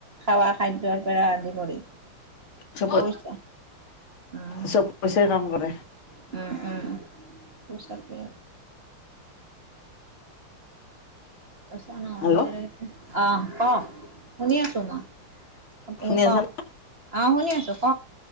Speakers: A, on the right; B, on the left.
A: খাৱা খাদ্যৰ পৰা আদি কৰি।
B: চব
A: পচ উম-উম-উম।
B: চব পইচাই কাম কৰে
A: পচাৰ পে কৈছা ন
B: হেল্ল'
A: দিয় আহ ক শুনি আছো মই। আপুনি
B: শুনি
A: ক
B: আছা
A: আহ শুনি আছো ক।